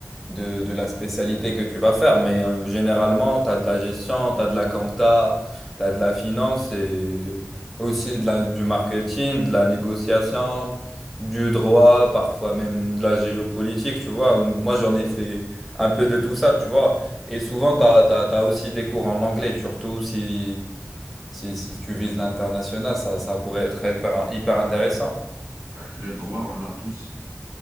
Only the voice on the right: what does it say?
Bah, Le droit, on l'a tous.